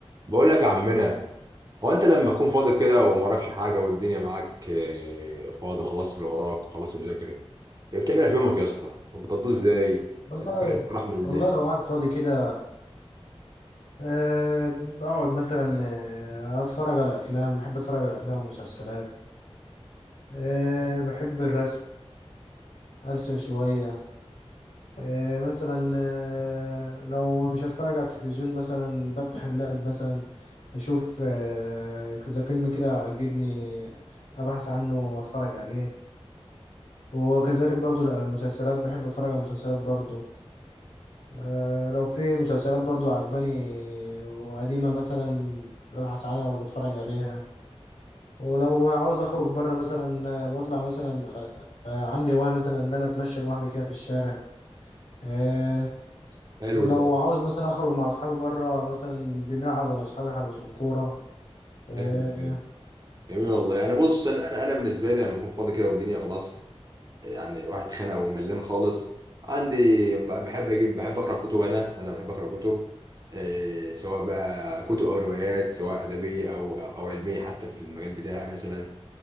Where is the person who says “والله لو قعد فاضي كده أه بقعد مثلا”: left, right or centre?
Left